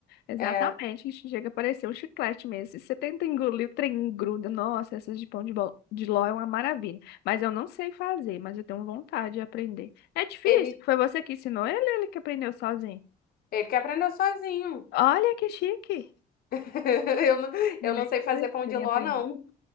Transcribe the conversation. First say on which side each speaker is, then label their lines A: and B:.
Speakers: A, on the left; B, on the left.
A: Exatamente,
B: É,
A: isso chega a parecer um chiclete mesmo. E você tenta engolir, o trem gruda. Nossa, essas de pão de, bol- de ló é uma maravilha. Mas eu não sei fazer, mas eu tenho vontade de aprender. É difícil?
B: ele,
A: Foi você que ensinou ele, ou ele que aprendeu sozinho?
B: ele que aprendeu sozinho.
A: Olha que chique.
B: <laughs> Eu não,
A: Ele
B: eu não
A: é
B: sei
A: interesseiro
B: fazer pão de ló,
A: em aprender.
B: não.